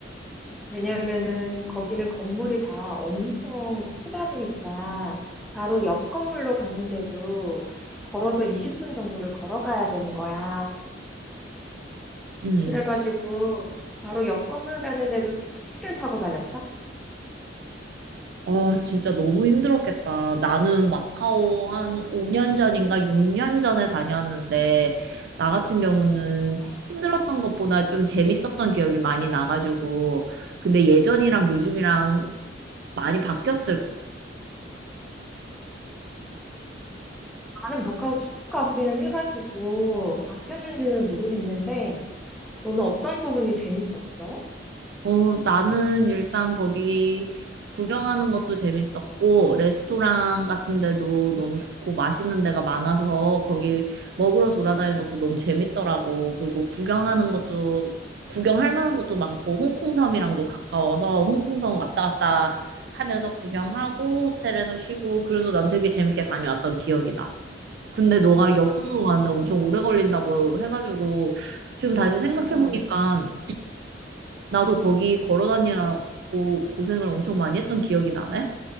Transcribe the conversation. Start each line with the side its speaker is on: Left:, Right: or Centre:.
Centre: 왜냐면은 거기는 건물이 다 엄청 크다 보니까 바로 옆 건물로 가는데도 걸어서 20분 정도를 걸어가야 되는 거야.
Right: 음.
Centre: 그래가지고 바로 옆 건물 가는데도 택시를 타고 다녔다?
Right: 아, 진짜 너무 힘들었겠다. 나는 마카오 한 5년 전인가 6년 전에 다녀왔는데 나 같은 경우는
Centre: 어.
Right: 힘들었던 것보다 좀 재밌었던 기억이 많이 나가지고 근데 예전이랑 요즘이랑 많이 바뀌었을까?
Centre: 나는 마카오 축가하기는 해가지고 바뀌었는지는 모르겠는데 너는 어떤 부분이 재밌었어?
Right: 어, 나는 일단 거기 구경하는 것도 재밌었고, 레스토랑 같은 데도 너무 좋고, 맛있는 데가 많아서 거기 먹으러 돌아다니는 것도 너무 재밌더라고. 그리고 구경하는 것도, 구경할 만한 것도 많고, 홍콩섬이랑도 가까워서 홍콩섬 왔다 갔다 하면서 구경하고, 호텔에서 쉬고, 그래서 난 되게 재밌게 다녀왔던 기억이 나. 근데 너가 역경으로
Centre: 아,
Right: 가는데
Centre: 그랬구나.
Right: 엄청 오래 걸린다고 해가지고, 지금 다시 음. 생각해보니까
Centre: 어.
Right: 나도 거기 걸어 다니라고 고생을 엄청 많이 했던 기억이 나네.